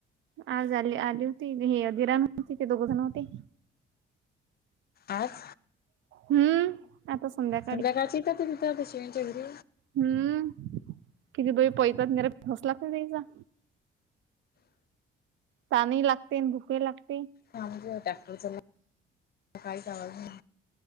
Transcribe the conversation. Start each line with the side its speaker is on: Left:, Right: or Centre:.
Right: आज आली आली होती हेधिराण होती ते दोघजण होते.
Left: आच.
Right: हम्म आता सुंदर.
Left: संध्याकाय चथात तिथ शिवच्या घरी.
Right: हम्म किती बई पैतातरा फस लाग नाही त्यायचा. पाणी लागते भुके लागते.
Left: हजे टॅक्टर चा काहीच आवाज.